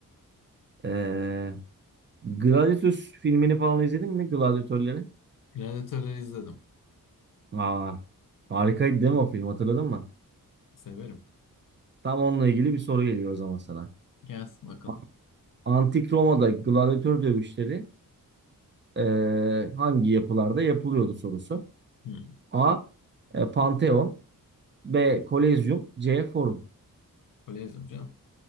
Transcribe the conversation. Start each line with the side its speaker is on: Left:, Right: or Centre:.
Right: Ee, Gladiator filmini falan izledin mi? Gladiatörleri.
Left: Gladiatörleri izledim.
Right: Aa, harikaydı değil mi o film hatırladın mı?
Left: Severim.
Right: Tam onunla ilgili bir soru geliyor o zaman sana.
Left: Gelsin bakalım.
Right: A- Antik Roma'da gladyatör dövüşleri eee, hangi yapılarda yapılıyordu sorusu.
Left: Hı.
Right: A. e, Pantheon B. Kolezyum C. Forum
Left: Öyle izliyorum canım.